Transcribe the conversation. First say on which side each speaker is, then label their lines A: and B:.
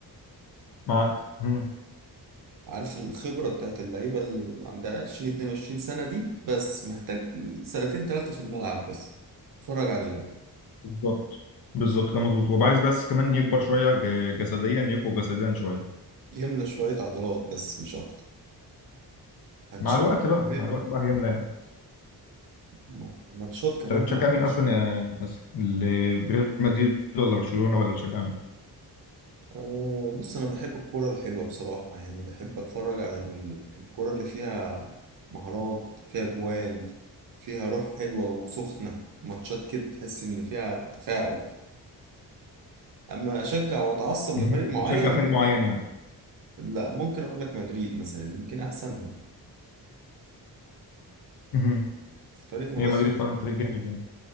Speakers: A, on the left; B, on the right.
A: معاك مم.
B: عارف الخبرة بتاعت اللعيبة اللي عندها 20 22 سنة دي بس محتاج سنتين ثلاثة في الملعب بس اتفرج عليه بقى
A: بالظبط بالظبط كان مظبوط وهو عايز بس كمان يكبر شوية ج- جسديا يقوى جسديا شوية
B: يملى شوية عضلات بس مش أكتر هتشوف
A: مع الوقت
B: موهبة
A: بقى مع الوقت بقى هيملى يعني
B: مع الماتشات
A: انت
B: كمان
A: بتشجع
B: مع
A: مين
B: برشلونة
A: اصلا يا حسن ال- ريال مدريد ولا برشلونة ولا بتشجع مين
B: آه، بص أنا بحب الكورة الحلوة بصراحة يعني بحب أتفرج على ال- الكورة اللي فيها مهارات فيها جوان فيها روح حلوة وسخنة ماتشات كده تحس إن فيها تفاعل أما أشجع وأتعصب
A: مهم.
B: لفريق معين
A: مش بتشجع فريق معين يعني
B: لا ممكن اقول لك مدريد مثلا يمكن احسنهم
A: مهم.
B: فريق منظم
A: هي مدريد فعلا فريق جامد يعني